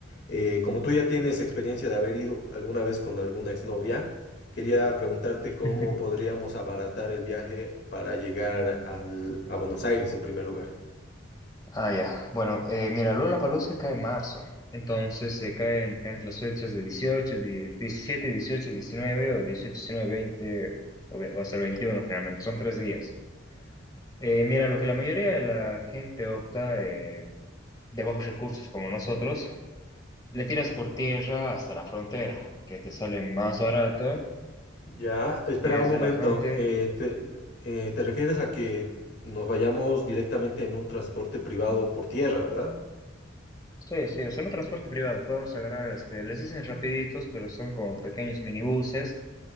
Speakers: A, on the left (about 55°); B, on the left (about 20°).
A: Eh, como tú ya tienes experiencia de haber ido alguna vez con alguna exnovia, quería preguntarte
B: <laughs>
A: cómo podríamos abaratar el viaje para llegar al- a Buenos Aires en primer lugar.
B: Ah, ya. Bueno, eh, mira, Lollapalooza cae en marzo. Entonces se caen entre las fechas de 18, die- 17, 18, 19 o 18, 19, 20 o, ve- o hasta el 21 generalmente. Son tres días. Eh, mira, lo que la mayoría de la gente opta eh, de bajos recursos como nosotros, le tiras por tierra hasta la frontera, que te sale más barato
A: Ya, espera
B: y desde
A: un momento.
B: la frontera.
A: eh, te, eh, ¿te refieres a que nos vayamos directamente en un transporte privado por tierra, verdad?
B: Sí, sí, o sea, no transporte privado, podemos agarrar, este, les dicen rapiditos, pero son como pequeños minibuses